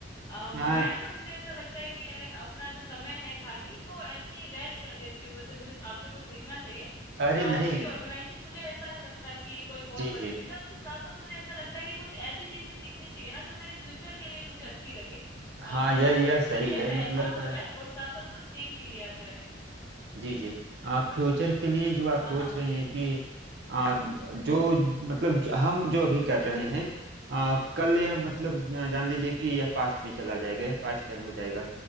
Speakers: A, on the left; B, on the right.
A: अ,
B: हाँ
A: मैं तो मुझे ऐसा लगता है कि यार अपना जो समय है खाली वो ऐसे ही व्यर्थ कर देती हूँ वैसे मुझे आपसे कुछ सीखना चाहिए
B: अरे
A: अ,
B: नहीं
A: क्योंकि ऑर्गेनाइजिंग मुझे ऐसा नहीं लगता कि कोई बहुत
B: जी
A: बड़ी
B: जी
A: चीज है उसके साथ साथ मुझे ऐसा लगता है कि कुछ ऐसी चीज भी सीखनी चाहिए ना जो मेरे फ्यूचर के लिए मुझे अच्छी लगे
B: हाँ
A: अ, मतलब
B: यह यह सही
A: ठीक है
B: है
A: टाइम
B: मतलब
A: पास हो जाए और साथ साथ कुछ सीख भी लिया जाए
B: जी जी आप फ्यूचर के लिए जो आप
A: हाँ
B: सोच
A: हाँ बोलिए
B: रहे हैं कि आप जो मतलब जो हम जो अभी कर रहे हैं आ, कल यह मतलब आ, जान लीजिए कि यह पास्ट में चला जाएगा यह पास्ट टाइम हो जाएगा